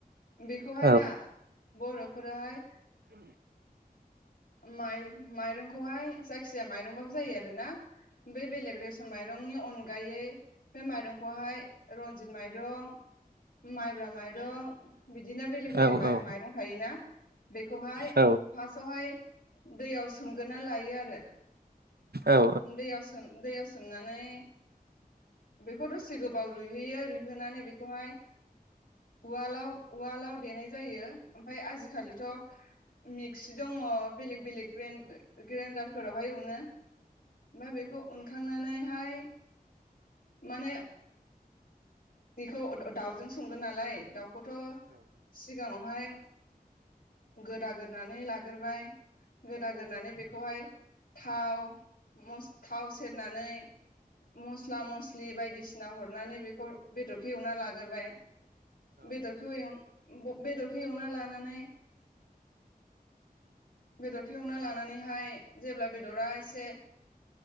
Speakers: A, on the left (about 80°); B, on the right (about 85°).
A: बेखौहाय
B: औ
A: ना बर'फोराहाय माइ माइरंखौहाय जाय जायखिजाया माइरंबाबो जायो आरोना ओमफाय बेलेग रेसन माइरंनि अनगायै बे माइरंखौहाय रनजित माइरं माइब्रा माइरं बिदिनो बेलेग बेलेग
B: औ औ
A: माइरं थायोना बेखौहाय
B: औ
A: फार्स्टआवहाय दैयाव सोम ग्रोना लायो आरो। <unintelligible>
B: औ
A: दैयाव सोम दैयाव सोमनानै बे बेखौ दसे गोबाव रुइहोयो रुइहोनानै बेखौहाय उवालाव उवालाव देनाय जायो ओमफ्राय आजिखालिथ' मिक्सि दङ बेलेक बेलेक ग्रेन ग्रेनडारफोरावहाय अनो। ओमफ्राय बेखौ उनखांनानैहाय माने बेखौ दाउजों संगोन नालाय दाउ खौथ' सिगाङावहाय गोदा गोरनानै लाग ग्रोबाय गोदा गोरनानै बेखौहाय थाव मस थाव सेरनानै मस्ला मस्लि लि बायदिसिना हरनानै बेखौ बेदर एवना लाग्रोबाय बेदरखौ बेदरखौ एवना लानानै बेदरखो एवना लानानैहाय जेब्ला बे बेदरा इसे